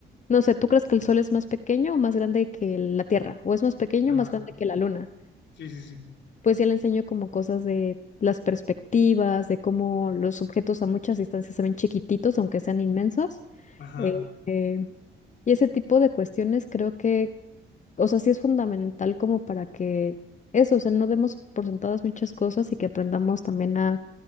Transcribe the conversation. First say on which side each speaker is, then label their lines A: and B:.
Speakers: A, on the left; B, on the left.
A: no sé, ¿tú crees que el sol es más pequeño o más grande que la Tierra? ¿O es más pequeño
B: ajá,
A: o más grande que la Luna?
B: sí, sí, sí,
A: pues ya le enseño como cosas de las perspectivas, de cómo los objetos a muchas distancias se ven chiquititos, aunque sean inmensos.
B: ajá,
A: Eh, eh, y ese tipo de cuestiones creo que, o sea, sí es fundamental como para que eso, o sea, no demos por sentadas muchas cosas y que aprendamos también a